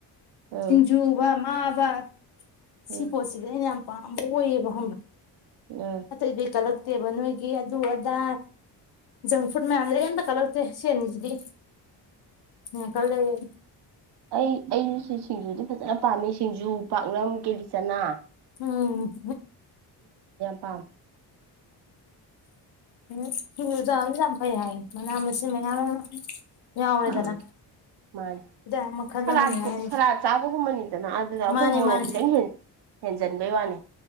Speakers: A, on the right; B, on the left.
A: ꯎꯝ
B: ꯁꯤꯡꯖꯨ ꯍꯥꯏꯕ ꯃꯥ ꯍꯥꯏꯕ
A: ꯎꯝ
B: ꯁꯤ ꯄꯣꯁꯗꯦꯅꯤ ꯑꯩꯅ ꯌꯥꯝ ꯄꯥꯝꯕ ꯑꯣꯏꯌꯦꯕ ꯈꯪꯕ꯭ꯔꯥ
A: ꯎꯝ
B: ꯑꯇꯩꯗꯤ ꯀꯂꯛ ꯇꯦꯕ ꯅꯣꯏꯒꯤ ꯑꯗꯨ ꯑꯗꯥ ꯖꯪ ꯐꯨꯗ ꯃꯌꯥꯝ ꯂꯩ ꯑꯝꯇ ꯀꯜꯂꯛꯇꯦ ꯁꯤ ꯑꯅꯤꯁꯤꯗꯤ ꯌꯥꯝ ꯀꯂꯛꯑꯦ
A: ꯑꯩ ꯑꯩꯒꯤꯁꯨ ꯁꯤꯡꯖꯨꯗꯤ ꯐꯖꯅ ꯄꯥꯝꯃꯦ ꯁꯤꯡꯖꯨ ꯄꯥꯛꯅꯝ ꯀꯤꯂꯤꯆꯅꯥ
B: ꯎꯨꯝ
A: ꯄꯥꯝ
B: ꯎꯨꯝ ꯁꯤꯡꯖꯨ ꯆꯥꯕꯁꯤ ꯌꯥꯝ ꯐꯩ ꯍꯥꯏ ꯃꯅꯥ ꯃꯁꯤꯡ ꯃꯌꯥꯝ ꯑꯃ ꯌꯥꯎꯔꯦꯗꯅ
A: ꯎꯨꯝ ꯃꯥꯟꯅꯤ
B: ꯍꯤꯗꯥꯛ ꯃꯈꯜ
A: ꯁꯂꯥꯠ
B: ꯑꯃꯅꯤ ꯍꯥꯏꯔꯤꯁꯦ
A: ꯁꯂꯥꯠ ꯆꯥꯕꯒꯨꯝꯕꯅꯤꯗꯅ ꯑꯗꯨꯗ ꯑꯩꯈꯣꯏ
B: ꯃꯥꯅꯦ
A: ꯃꯣꯔꯣꯛ
B: ꯃꯥꯅꯦ
A: ꯈꯤꯇꯪ ꯍꯦꯟꯖꯟꯕꯩ ꯋꯥꯅꯤ